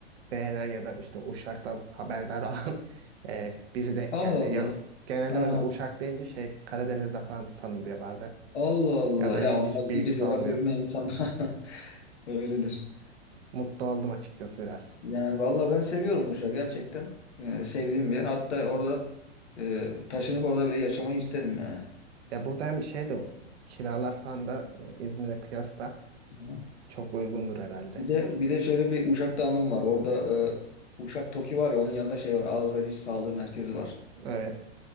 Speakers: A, on the right; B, on the left.
A: beğenen ya da işte uşaktan haberdar olan <laughs> e, biri denk
B: Allah
A: geldi.
B: Allah.
A: Ya, genelde
B: Ha,
A: mesela uşak deyince şey Karadeniz'de falan sanılıyor bazen.
B: Allah Allah.
A: Ya da
B: Ya
A: hiç
B: onlar iyidir
A: bilgisi
B: coğrafya
A: olmuyor.
B: bilmeyen insanlar. <laughs> Öyledir.
A: Mutlu oldum açıkçası biraz.
B: Yani valla ben seviyorum Uşak gerçekten. Ee, sevdiğim bir yer. Hatta orada e, taşınıp orada bile yaşamayı isterim yani.
A: Ya burada hem şey de kiralar falan da e, İzmir'e kıyasla
B: Hı.
A: çok uygundur herhalde.
B: Bir de bir de şöyle bir Uşak'ta anım var. Orada e, Uşak Toki var ya onun yanında şey var. Ağız ve Diş Sağlığı Merkezi var.
A: Evet.